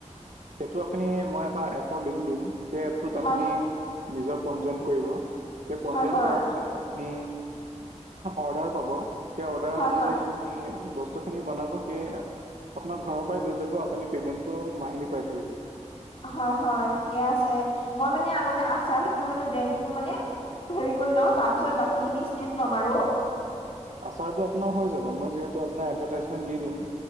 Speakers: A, on the right; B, on the left.
A: সেইটো আপুনি মই এটা এপৰ লিংক দিম সেই এপটোত আপুনি
B: হয়
A: নিজৰ পঞ্জীয়ন কৰিব সেই পঞ্জীয়ন
B: হয় হয়
A: কৰাৰ পিছত আপুনি অৰ্ডাৰ পাব, সেই অৰ্ডাৰ
B: হয়
A: অনুযায়ী
B: হয়
A: <unintelligible> বস্তু খিনি বনাব সেয়ে আপোনাক ঘৰৰ পৰাই লৈ যাব আপুনি পেমেন্টো মাহেলী পাই থাকিব।
B: হয়, হয় ঠিকে আছে মই মানে আগতে আচাৰ সেইটো মানে ব্ৰেণ্ডটো মানে হেৰি কৰি লওঁ, তাৰ পিছত বাকী খিনি ষ্টেপ ল'ম আৰু।
A: আচাৰটো আপোনাৰ হৈ যাব মই যিহেতু আপোন এডভেটাইজমেণ্ট দি দিম।